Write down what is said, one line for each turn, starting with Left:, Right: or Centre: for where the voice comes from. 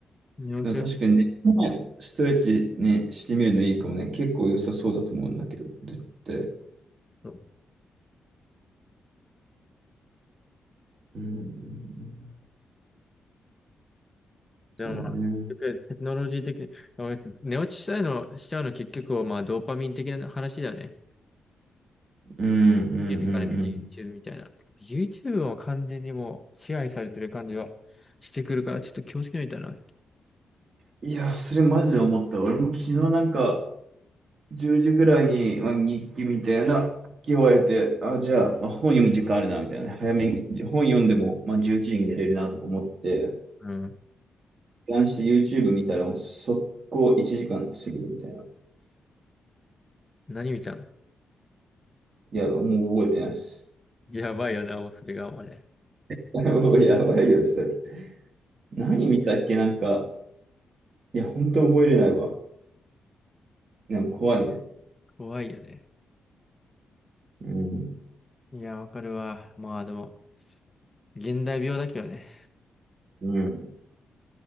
Left: 寝落ちを、
Right: でも確かにね、ストレッチね、してみるのいいかもね。結構良さそうだと思うんだけど、絶対。
Left: そう
Right: うんうんうん。そうね。
Left: でもまあ、結局テクノロジー的に、まあ寝落ちしたいの、しちゃうの結局はまあ、ドーパミン的な話だよね。
Right: うんうんうんうん。
Left: YouTube から見て YouTube みたいな。YouTube も完全にもう支配されてる感じはしてくるから、ちょっと気をつけないとな。
Right: いや、それマジで思った。俺も昨日なんか、10時ぐらいに、まあ、日記みたいな書き終えて、あ、じゃあ、まあ、本読む時間あるな、みたいなね。早めに、本読んでも、まあ、11時に寝れるな、とか思ってて。
Left: うん。
Right: ランして YouTube 見たら、もう速攻1時間過ぎるみたいな。
Left: 何見たん
Right: いや、もう覚えてないです。
Left: やばいよな、もうそれがもうね。
Right: <laughs> もうやばいよ、それ。何見たっけなんか、いや、本当覚えれないわ。でも怖いね。
Left: 怖いよね。
Right: うん。
Left: いや、わかるわ。まあでも、現代病だけどね。
Right: うん。